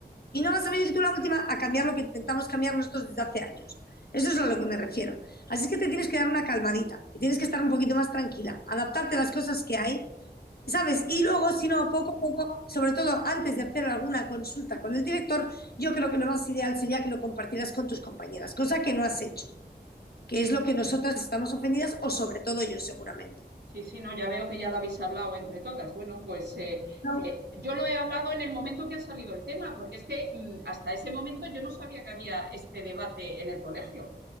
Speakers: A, on the left (about 65°); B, on the right (about 85°).
A: Y no vas a venir tú la última a cambiar lo que intentamos cambiar nosotros desde hace años. Eso es a lo que me refiero. Así es que te tienes que dar una calmadita y tienes que estar un poquito más tranquila, adaptarte a las cosas que hay ¿Sabes? Y luego, si no, poco a poco, sobre todo antes de hacer alguna consulta con el director, yo creo que lo más ideal sería que lo compartieras con tus compañeras, cosa que no has hecho, que es lo que nosotras estamos ofendidas o sobre todo yo seguramente.
B: Sí, sí, no, ya veo que ya lo habéis hablado entre todas. Bueno, pues eh,
A: ¿no?
B: eh, yo lo he hablado en el momento que ha salido el tema, porque es que mm, hasta ese momento yo no sabía que había este debate en el colegio,